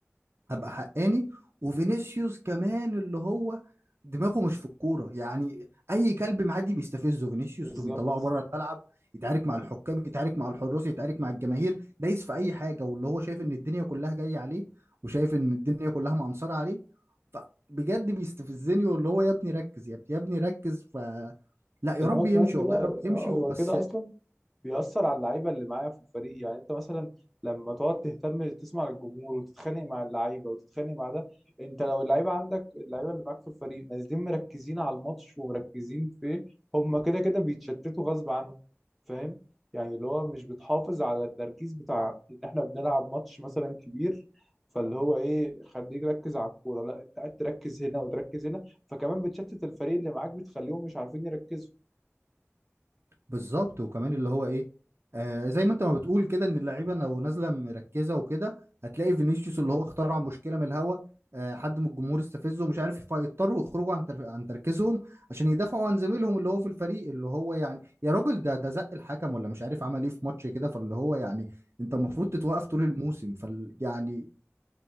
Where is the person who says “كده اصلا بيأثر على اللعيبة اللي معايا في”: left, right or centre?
Centre